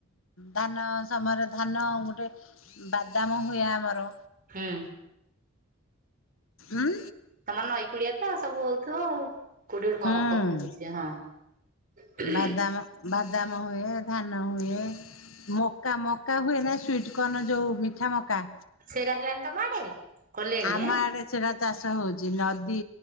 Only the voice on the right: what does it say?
ହୁଁ।
ତମ ନଈ କୂଳିଆ ତ ସବୁ ହଉଥିବ ଆଉ। କୋଠଠୁ କଣ
କଣ ଶୁଭୁଛି? ହଁ।
ସେରା ହେଲାନି ତମ ଆଡେ? କଲେଣି
ଏଁ